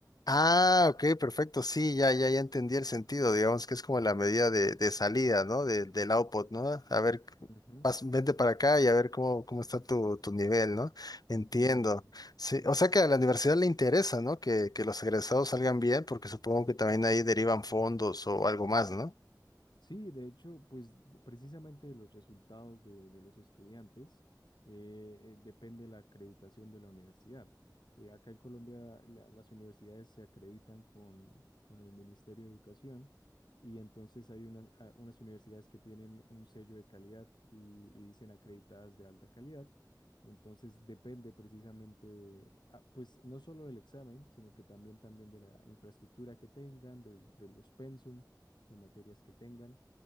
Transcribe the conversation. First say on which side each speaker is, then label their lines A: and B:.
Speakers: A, on the left; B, on the left.
A: Ah, ok, perfecto. Sí, ya, ya, ya entendí el sentido. Digamos que es como la medida de, de salida, ¿no? De- del output, ¿no? A ver,
B: Ujú.
A: pas- vente para acá y a ver cómo, cómo está tu, tu nivel, ¿no? Entiendo.
B: Sí, claro.
A: Sí,
B: Ujú.
A: o sea que a la universidad le interesa, ¿no? Que, que los egresados salgan bien, porque supongo que también ahí derivan fondos o algo más, ¿no?
B: Sí, de hecho, pues de- precisamente de los resultados de, de los estudiantes eh, eh, depende la acreditación de la universidad. Eh, acá en Colombia la- las universidades se acreditan con, con el Ministerio de Educación y entonces hay unas, a- unas universidades que tienen un sello de calidad y, y dicen acreditadas de alta calidad. Entonces depende precisamente de, ah, pues no solo del examen, sino que también, también de la infraestructura que tengan, del- de los pensum de materias que tengan.